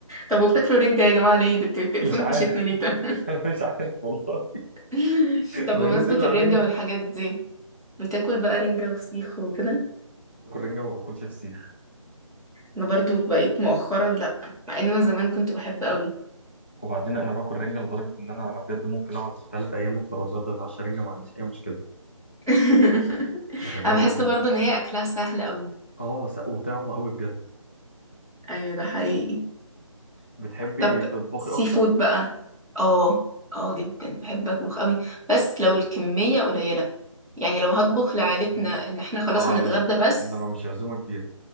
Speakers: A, in the centre; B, on the left.
A: طب وبتاكلوا رنجة يا جماعة ليه بت- بتقرفونا
B: مش عارف
A: في وشتنا ليه ده
B: <laughs> انا مش عارف والله
A: <laughs> طب
B: مايونيز
A: بمناسبة
B: الا
A: الرنجة
B: على الرنجة
A: والحاجات دي بتاكل بقى رنجة وفسيخ وكده
B: باكل رنجة ما باكلش فسيخ
A: انا برضو بقيت مؤخرا لا مع ان انا زمان كنت بحب قوي
B: وبعدين انا باكل رنجة لدرجة ان انا انا بجد ممكن اقعد ثلاث ايام افطر واتغدى واتعشى رنجة ما عنديش اي مشكلة
A: <laughs>
B: بحبها
A: انا بحس
B: جدا
A: برضو ان هي اكلها سهل قوي
B: اه س- وطعمه قوي بجد
A: ايوه ده حقيقي
B: بتحبي
A: طب
B: تطبخي
A: سي
B: اكتر
A: فود بقى اه اه جدا بحب اطبخ قوي بس لو الكمية قليلة يعني لو هطبخ لعائلتنا
B: اه
A: ان احنا خلاص
B: اه
A: هنتغدى
B: ال-
A: بس
B: انما مش عزومة كبيرة